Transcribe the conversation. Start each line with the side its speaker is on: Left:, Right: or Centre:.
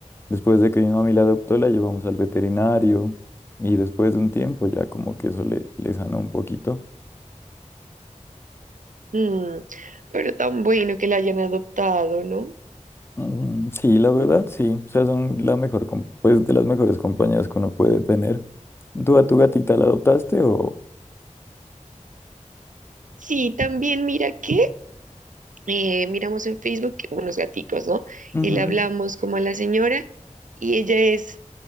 Left: Después de que mi mami la adoptó, la llevamos al veterinario y después de un tiempo ya como que eso le, le sanó un poquito.
Right: Mm, pero tan bueno que la hayan adoptado, ¿no?
Left: Mm, sí, la verdad, sí. O sea, son la mejor, com- pues de las mejores compañías que uno puede tener. ¿Tú a tu gatita la adoptaste o...?
Right: Sí, también mira que eh, miramos en Facebook unos gaticos, ¿no?
Left: Ujú.
Right: Y le hablamos como a la señora y ella es,